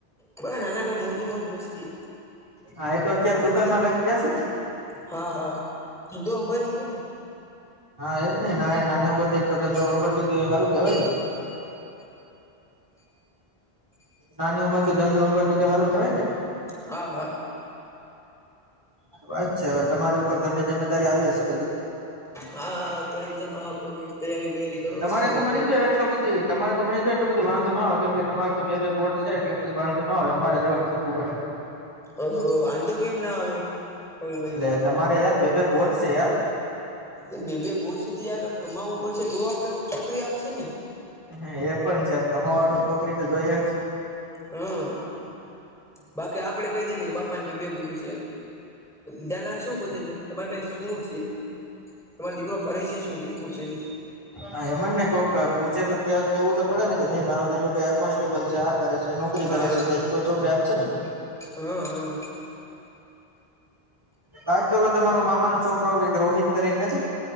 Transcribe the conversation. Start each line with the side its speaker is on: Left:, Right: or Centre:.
Centre: બ નાના ભાઈ મોજ મોજ મસ્તી
Right: હા એ તો અત્યારે દુકાનમાં લાગી જશે ને
Centre: હા હા ધંધો સંંભાળી લીધો ને
Right: હા એજ ને નાની નાની ઉપરથી એટલો ધંધો ગભર લીધો એ સારું કેવાય ને નાની ઉંમર થી ધંધો ઉંમર લધ સારું કેવાય ને
Centre: હા હા
Right: કે વાત છે હવે તમારી ઉપર ઘરની જિમેદારી આવી હશે બધી
Centre: હાા અત્યારે બધા માો કે તૈયારી બૈયારી કરો
Right: તમારે
Centre: પછી
Right: તો મનીષભાઈ
Centre: કે
Right: એટલો બધું તમારે તો મને ભી એટલો બધું વાંધો ના આવેય કેમ કે તમારો તો બે બોટ છે એટલે બધું વાંધો ન આવે અમારે જવાનું કરવું પડે
Centre: ઓહો વાંધો કેમ ના આવે રાહુલભાઈ
Right: એટલે તમારે યાર બે બે બોર્ડ છે યાર
Centre: એ બે બે બોર્થી કમાવવું પડશે તો આપડે કોક છોકરી આપશે ને
Right: હ એ પણ છે કમાવાળું છોકરી તો જોઈએ જ
Centre: હા બાકી આપડે કહી દેજ કે બાપા ને ભ બે બુલું છે ધના શું પૂછે છે કે તમારી પાસે શું છે તમારો દીકરો કરે છે શું પછનેહી
Right: હા એમને ને કોઈક પૂછે તો કેવું તો પડે ને કે નઈ મારો દીરો આ કોન્સ્ટેબલ છે આ કરે છે નોકરી
Centre: હા
Right: કરે છે કઈક તો છોકરી આપ છે ને
Centre: હા હ
Right: બાકી ઓલો તમારો મામાનો છોકરો કઈક રોહિત કરીને નથી